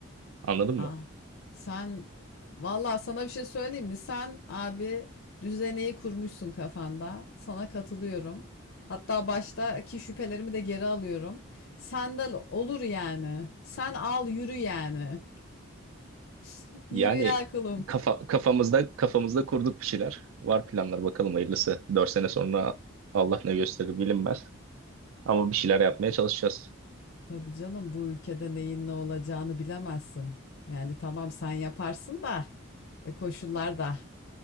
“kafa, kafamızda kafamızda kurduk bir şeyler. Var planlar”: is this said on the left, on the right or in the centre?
Right